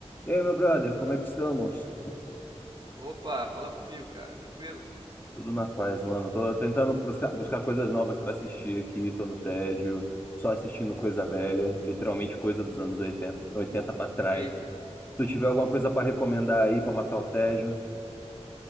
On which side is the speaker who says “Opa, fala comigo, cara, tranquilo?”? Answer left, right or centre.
Right